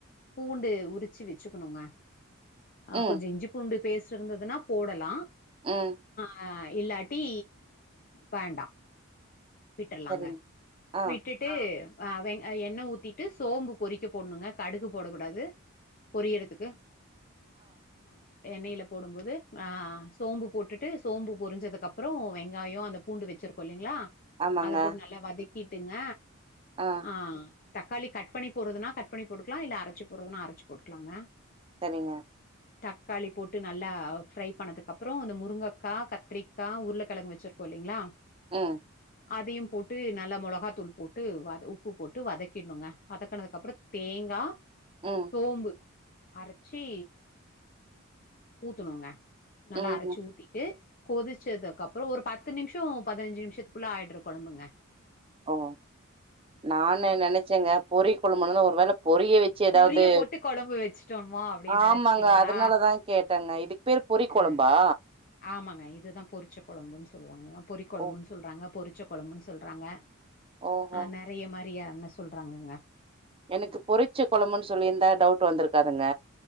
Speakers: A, on the left; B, on the right.
A: பூண்டு உரிச்சு வச்சுக்கணுங்க ஆஹ்
B: ம்,
A: கொஞ்சோ இஞ்சி பூண்டு பேஸ்ட் இருந்ததுன்னா போடலா
B: உம்
A: ஆஹ் இல்லாட்டி வேண்டா விட்டுரலாங்க
B: சரிங்க. ஆ,
A: விட்டுட்டு ஹ் எண்ண ஊத்திட்டு சோம்பு பொறிக்க போட்ணுங்க கடுகு போடக்க கூடாது பொரியிருதுக்கு ஆ எண்ணெயில் போடும்போது சோம்பு போட்டுட்டு சோம்பு பொரிஞ்சதுக்கப்பறோ வெங்காயோ அந்த பூண்டு வச்சுருக்கோ இல்லைங்களா
B: ஆமாங்க.
A: அத போட்டு நல்லா வதக் கிட்டுங்க
B: ஆ,
A: ஆஹ் தக்காளி கட் பண்ணி போடுறதுனா கட் பண்ணி போட்டுக்கலா இல்ல அரைச்சு போடுறதுன்னா அரைச்சு போட்டுக்கலாங்க
B: செரிங்க
A: தக்காளி போட்டு நல்லா ஃப்ரை பண்ணதுக்கு அப்பறோ இந்த முருங்கைக்கா கத்திரிக்கா உருளைக்கிழங்கு வச்சிருக்கோம் இல்லைங்களா
B: ம்
A: அதையு போட்டு நல்லா மொளகாத்தூள் போட்டு உப்பு போட்டு வதக்கிட்ணுங்க வதக்கனதுக்கு அப்றோ தேங்காய்
B: ம்,
A: சோம்பு அரைச்சி ஊத்துனுங்க நல்லா
B: ம்ஹ்ம்.
A: அரச்சு ஊத்திட்டு கொதிச்சதுக்கப்பறோ ஒரு பத்து நிமிஷோ பதினஞ்சு நிமிஷத்துக் புல் ஆயிட்ர கொழம்புங்க
B: ஓ நானு
A: ஆ
B: நெனைச்சேங்க பொரிக்கொழம்பானதுல ஒருவேளப் பொரிய வச்சு ஏதாவது
A: பொரிய போட்டு கொழம்பு வச்சுட்டோமா அப்டின்னு நெனச்சிட்டீங்களா
B: ஆமாங்க அதனாலதா கேட் தன்ன இதுக் பேர் பொரிக்
A: அ
B: கொழம்பா
A: ஆமாங்க இதுதா பொரிச்ச கொழம்புன்னு சொல்லுவாங்க பொரி கொழம்புன்னு
B: ஓ,
A: சொல்றாங்க பொரிச் ச்ச கொழம்புன்னு சொல்றாங்க
B: ஓஹோ!
A: அ நறைய மாரி டியான்னு சொல்றாங்கங்க
B: எனக்கு பொரிச்ச கொழம்புன்னு சொல்லிருந்தா டவுட் வந்திருக்காதுங்க